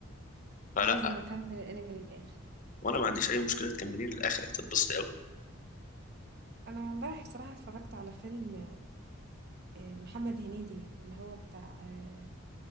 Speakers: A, on the left; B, on the right.
A: فلا
B: لازم أكمّل الأنمي للآخر.
A: وانا ما عنديش اي مشكله تكمليه للاخر هتتبسطي قوي
B: أنا امبارح الصراحة اتفرّجت على فيلم آآ محمد هنيدي اللي هو بتاع آه،